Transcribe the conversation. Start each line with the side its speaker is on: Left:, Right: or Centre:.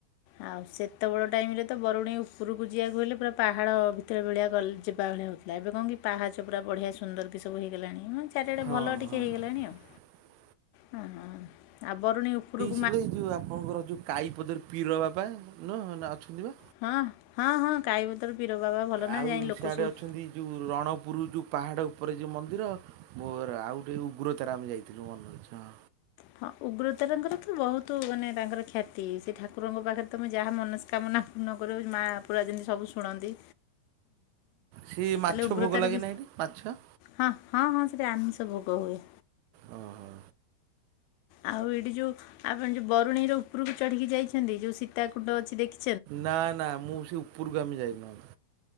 Left: ଆଉ ସେତେବେଳ ଟାଇମ୍ରେ ତ ବରୁଣେଇ ଉପରକୁ ଯିବାକୁ ହେଲେ ପୁରା ପାହାଡ଼ ଭିତରେ ଭଳିଆ ଗଲେ ଯିବା ଭଳିଆ ହେଉ ଥିଲା ଏବେ କଣ କିି ପାହାଚ ପୁରା ବଢ଼ିଆ ସୁନ୍ଦର ବି ସବୁ ହେଗଲାଣି ମାନେ ଚାରିଆଡ଼େ
Right: ହଁ
Left: ଭଲ ଟିକେ
Right: ହଁ
Left: ହେଇଗଲାଣି ଆଉ।
Right: <inaudible>
Left: ହଁ ହ ଆଉ ବରୁଣେଇ ଉପରୁକୁ
Right: ଲେ ଏ ଯଉ ଆପଣଙ୍କର ଯୋଉ କାଈପଦର ପିର ବାବା ନୁହଁ ନା ଅଛନ୍ତି ବା।
Left: ହଁ ହଁ ହଁ କାଇ ପତର ପିର ବାବା ଭଲ ନା
Right: ଆଉ
Left: ଯାଇ ଲୋକ
Right: ସିଆଡ଼େ
Left: ସବୁ
Right: ଅଛନ୍ତି ଯୋଉ ରଣପୁର ଯୋଉ ପାହାଡ଼ ଉପରେ ଯେଉ ମନ୍ଦିର। ମୋର ଆଉ ଗୋଟେ ଉଗ୍ରତାରା ଆମ ଯାଇଥିଲୁ ମନେ ଅଛି ହଁ।
Left: ହଁ ଉଗ୍ରତାରଙ୍କର ତ ବହୁତ ମାନେ ତାଙ୍କର ଖ୍ୟାତି ସେ ଠାକୁରଙ୍କ ପାଖରେ ତମେ ଯାହା ମନସ୍କାମନା ପୂର୍ଣ୍ଣ କର ମାଆ ପୁରା ଜିନିତି ସବୁ ଶୁଣନ୍ତି।
Right: ସି
Left: ତାହେଲେ
Right: ମାଛ
Left: ଉଗ୍ରତାରେ
Right: ଭୋଗ ଲାଗେ
Left: ବି
Right: ନା ହେଟି ମାଛ।
Left: ହଁ ହଁ ହଁ ସେଠି ଆମିସ ଭୋଗ ହୁଏ।
Right: ହ ହୋ
Left: ଆଉ ଏଇଠି ଯୋଉ ଆପଣ ଯୋଉ ବରୁଣେଇ ର ଉପରକୁ ଚଢିକି ଯାଇଛନ୍ତି ଯୋଉ ସୀତା କଣ୍ଡ ଅଛି ଦେଖି
Right: ନା ନା ମୁଁ ସେ ଉପରୁ ଆମେଯାଇନୁ